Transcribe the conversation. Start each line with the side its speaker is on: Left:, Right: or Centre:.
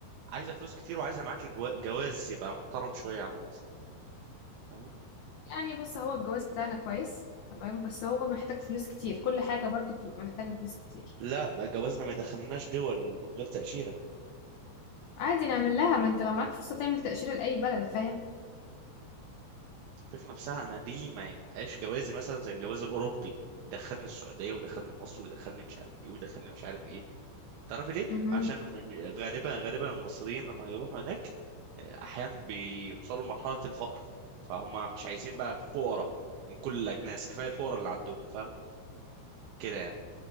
Right: عايزه فلوس كتير وعايزه معاك جو- جواز يبقى محترم شويه عن مصر فاهمه
Left: يعني بُص، هو الجواز بتاعنا كويس، تمام، بس هو محتاج فلوس كتير، كل حاجة برضه بتبقى محتاجة فلوس كتير.
Right: لا بقى جوازنا ما يدخلناش دول من غير تاشيره
Left: عادي نعمل لها ما انت لو معاك فرصة تعمل تأشيرة لأي بلد فاهم
Right: الفكره نفسها انا ليه ما يبقاش جوازي مثلا زي الجواز الاوروبي يدخلني السعوديه ويدخلني مصر ويدخلني مش عارف ايه ويدخلني مش عارف ايه تعرفي ليه
Left: مهم.
Right: عشان م- م- غالبا غالبا المصريين لما هيروحوا هناك احيانا بيوصلوا لمرحلة الفقر فهم مش عايزين بقى فقراء من كل الاجناس كفاية الفقراء اللي عندهم فاهم كده يعني